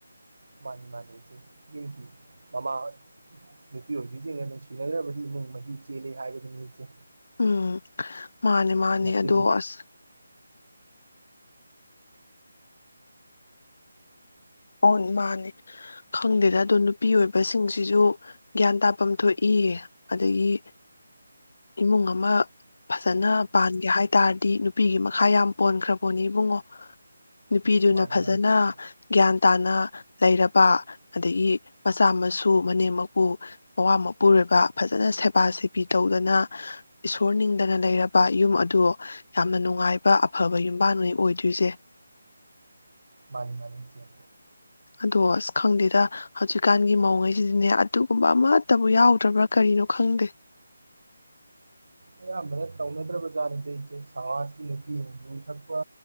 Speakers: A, on the right (about 75°); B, on the left (about 55°).
A: ꯃꯥꯅꯤ- ꯃꯥꯅꯤ ꯏꯆꯦ ꯌꯨꯝꯒꯤ ꯃꯃꯥ ꯅꯨꯄꯤ ꯑꯣꯏꯕꯤꯁꯤꯡꯅ ꯅꯨꯡꯁꯤꯅꯗ꯭ꯔꯕꯗꯤ ꯏꯃꯨꯡ ꯃꯍꯤ ꯆꯦꯜꯂꯦ ꯍꯥꯏꯕꯗꯨꯅꯤ ꯏꯆꯦ꯫
B: ꯎꯝ꯫ ꯃꯥꯅꯦ - ꯃꯥꯅꯦ
A: ꯃꯆꯤꯟ
B: ꯑꯗꯣ ꯑꯁ ꯑꯣ ꯃꯥꯅꯦ ꯈꯪꯗꯦꯗ ꯑꯗꯣ ꯅꯨꯄꯤ ꯑꯣꯏꯕꯁꯤꯡꯁꯤꯁꯨ ꯒ꯭ꯌꯥꯟ ꯇꯥꯐꯝ ꯊꯣꯛꯏ ꯑꯗꯒꯤ ꯏꯃꯨꯡ ꯑꯃ ꯐꯖꯅ ꯄꯥꯟꯒꯦ ꯍꯥꯏ ꯇꯥꯔꯗꯤ ꯅꯨꯄꯤꯒꯤ ꯃꯈꯥ ꯌꯥꯝ ꯄꯣꯟꯈ꯭ꯔꯄꫭꯠꯅꯤ ꯏꯕꯨꯡꯉꯣ ꯅꯨꯄꯤꯗꯨꯅ
A: ꯃꯥꯅꯤ
B: ꯐꯖꯅ
A: ꯃꯥꯅꯤ ꯏꯆꯦ
B: ꯒ꯭ꯌꯥꯟ ꯇꯥꯅ ꯂꯩꯔꯕ ꯑꯗꯒꯤ ꯃꯆꯥ ꯃꯁꯨ ꯃꯅꯦꯝ ꯃꯀꯨ ꯃꯋꯥ ꯃꯄꯨꯔꫭꯏꯕ ꯐꯖꯅ ꯁꯦꯕꯥ ꯁꯦꯕꯤ ꯇꯧꯗꯅ ꯏꯁꯣꯔ ꯅꯤꯡꯗꯅ ꯂꯩꯔꯕ ꯌꯨꯝ ꯑꯗꯨ ꯌꯥꯝꯅ ꯅꯨꯡꯉꯥꯏꯕ ꯑꯐꯕ ꯌꯨꯝꯕꯥꯟꯅꯦ ꯑꯣꯏꯗꯣꯏꯖꯦ
A: ꯃꯥꯅꯤ ꯃꯥꯅꯤ ꯏꯆꯦ
B: ꯑꯗꯣ ꯁ ꯈꯪꯗꯦꯗ ꯍꯧꯖꯤꯛꯀꯥꯟꯒꯤ ꯃꯧꯉꯩꯁꯤꯗꯤꯅꯦ ꯑꯗꯨꯒꯨꯝꯕ ꯑꯃꯠꯇꯕꯨ ꯌꯥꯎꯗ꯭ꯔꯕ꯭ꯔꯥ ꯀꯔꯤꯅꯣ ꯈꯪꯗꯦ
A: ꯑꯌꯥꯝꯕꯅ ꯇꯧꯅꯗ꯭ꯔꯕ ꯖꯥꯠꯅꯤꯗ ꯏꯆꯦ ꯁꯃꯥꯖꯀꯤ ꯅꯨꯄꯤꯅ ꯌꯨ ꯊꯛꯄ